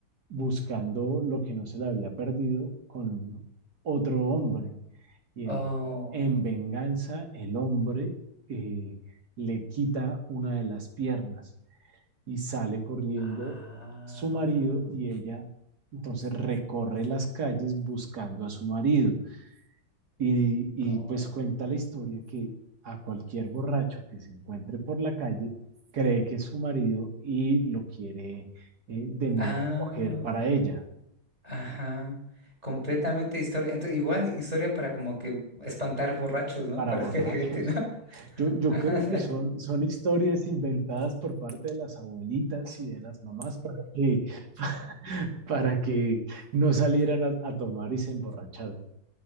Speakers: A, on the right; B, on the right.
A: buscando lo que no se le había perdido con otro hombre. Y
B: Oh.
A: en, en venganza el hombre eh, le quita una de las piernas y sale corriendo
B: Ah.
A: su marido y ella entonces recorre las calles buscando a su marido y,
B: Oh.
A: y pues cuenta la historia que a cualquier borracho que se encuentre por la calle cree que es su marido y lo quiere eh, de nuevo
B: Ah.
A: coger para ella,
B: Ajá, completamente historia. Entonces, igual historia para como que espantar borrachos, ¿no?
A: para
B: Para
A: borrachos.
B: que la gente no. <laughs>
A: Yo, yo
B: Ajá.
A: creo que son, son historias inventadas por parte de las abuelitas y de las mamás para que, <laughs> para que no salieran a, a tomar y se emborracharan.